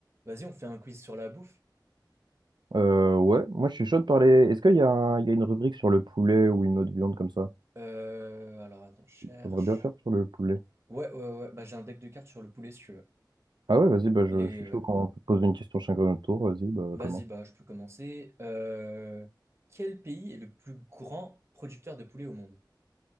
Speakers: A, on the right; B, on the right.
A: Vas-y, on fait un quiz sur la bouffe.
B: Euh, ouais, moi je suis chaud de parler. Est-ce qu'il y a, un- il y a une rubrique sur le poulet ou une autre viande comme ça?
A: Euh, alors, attends, je cherche.
B: J'aimerais bien faire sur le poulet.
A: Ouais, ouais, ouais. Bah, j'ai un deck de cartes sur le poulet, si tu veux.
B: Ah ouais, vas-y, bah, je,
A: Les,
B: je suis
A: ouais.
B: chaud quand on peut poser une question chacun à notre tour. Vas-y, bah,
A: Vas-y,
B: commence.
A: bah, je peux commencer. Euh, quel pays est le plus grand producteur de poulet au monde?